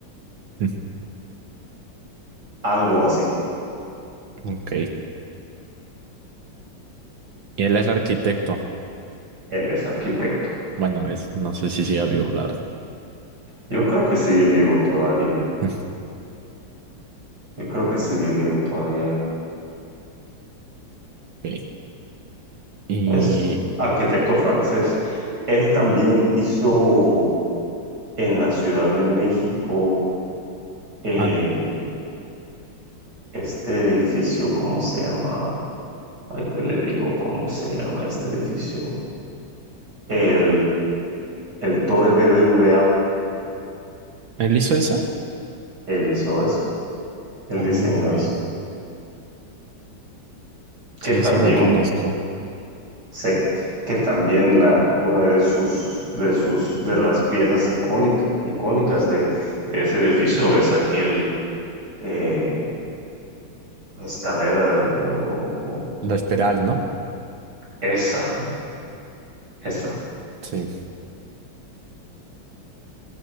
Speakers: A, on the right (about 75°); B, on the right (about 55°).
A: <laughs>
B: algo así.
A: Ok. Y él es arquitecto.
B: Él es arquitecto.
A: Bueno, es... No sé si sigue vivo, la verdad.
B: Yo creo que sigue vivo todavía.
A: <laughs>
B: Yo creo que sigue vivo todavía.
A: Ok. Y...
B: Es arquitecto francés. Él también hizo en la Ciudad de México eh,
A: ah,
B: este edificio, ¿cómo se llama? Ahorita le digo cómo se llama este edificio. El, el Torre B B V A
A: ¿Él hizo esa?
B: él hizo eso, él
A: Ok.
B: diseñó eso,
A: Sí,
B: que también,
A: sí la conozco.
B: sí, que también la, una de sus, de sus, de las piezas icónica- icónicas de, de ese edificio es aquel eh, Escalera de, o, o-
A: La Esperal, ¿no?
B: esa, esa,
A: Sí,